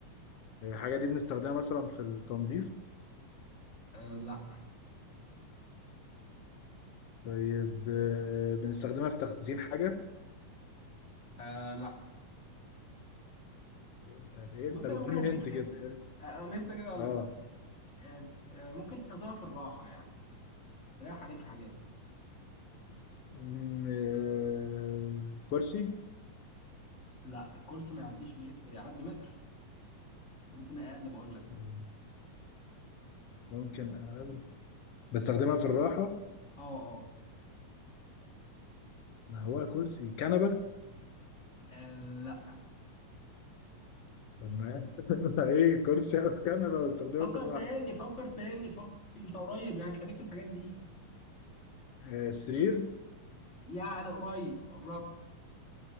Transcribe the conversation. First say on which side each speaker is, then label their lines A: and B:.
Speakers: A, on the left; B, on the left.
A: الحاجة دي بنستخدمها مثلا في التنظيف
B: آه لا
A: طيب آه بنستخدمها في تخزين حاجة
B: آه لا
A: انت بايه
B: بص
A: طب
B: انا
A: اديني
B: ممكن اديك
A: هنت
B: هنت
A: كده
B: آه انا لسه كده اقول
A: اه
B: لك اهو آه آه، ممكن تستخدمها في الراحه يعني تريح عليك حاجات يعني
A: مم، آه، كرسي
B: لا الكرسي ما يعديش ميت... يعدي متر ممكن اقل بقول لك
A: آه، ممكن أقابل بستخدمها في الراحة
B: اه اه
A: ما هو كرسي كنبة
B: آه، لا
A: طب ما <laughs> ايه كرسي او كنبة بستخدمها
B: فكر
A: في الراحة
B: تاني فكر تاني فكر في انت قريب يعني خليك في الحاجات دي
A: آه، سرير
B: يعني قريب قربت